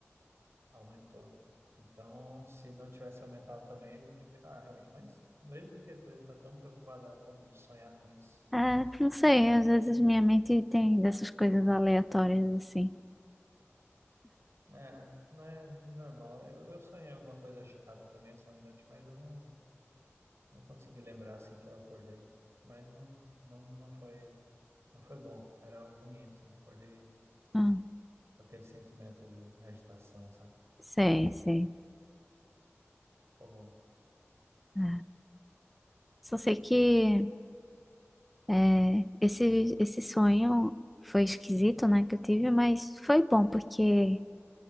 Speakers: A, on the right; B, in the centre.
A: Aumentou. Então, se não tivesse aumentado também, eles iam ter que declarar, realmente. Mas não vejo por que tu tá tão preocupado a ponto de sonhar com isso.
B: Ah, não sei. Às vezes minha mente tem dessas coisas aleatórias assim.
A: É, não é normal. Eu, eu sonhei alguma coisa agitada também essa noite, mas eu não, não consegui lembrar assim que eu acordei. Mas não, não, não foi, não foi bom. Era algo ruim assim. Acordei
B: Hum,
A: com aquele sentimento de agitação, sabe?
B: sei, sei.
A: Comum.
B: É. Só sei que. É, esse, esse sonho foi esquisito, né, que eu tive, mas foi bom, porque